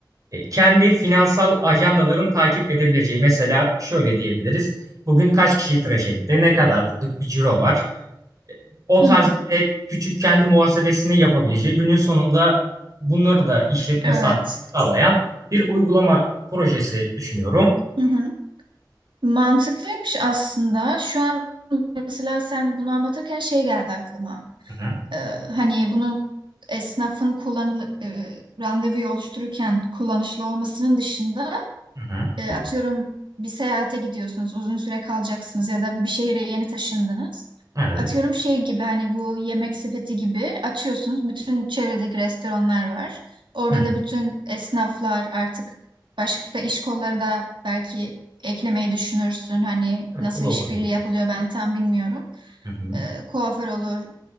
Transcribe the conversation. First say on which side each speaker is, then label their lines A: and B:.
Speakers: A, on the right; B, on the right.
A: E, kendi finansal ajandaların takip edebileceği mesela şöyle diyebiliriz. Bugün kaç kişiyi tıraş etti? Ne kadarlık bir ciro var? O tarz
B: Hı hı,
A: bir de küçük kendi muhasebesini yapabileceği günün sonunda bunları da işletme
B: evet.
A: sahibi sağlayan bir uygulama projesi düşünüyorum.
B: Hı hı. Mantıklıymış aslında. Şu an mesela sen bunu anlatırken şey geldi aklıma.
A: Hı hı,
B: Ee, hani bunun esnafın kullanıl e, randevuyu oluştururken kullanışlı olmasının dışında
A: hı hı,
B: E, atıyorum bir seyahate gidiyorsunuz, uzun süre kalacaksınız ya da bir şehre yeni taşındınız.
A: evet.
B: Atıyorum şey gibi hani bu yemek sepeti gibi açıyorsunuz. Bütün çevredeki restoranlar var. Orada
A: Hı hı.
B: da bütün esnaflar artık başka iş kolları da belki eklemeyi düşünürsün. Hani
A: Evet,
B: nasıl
A: o da olabilir.
B: işbirliği yapılıyor ben tam bilmiyorum.
A: Hı hı.
B: E, kuaför olur,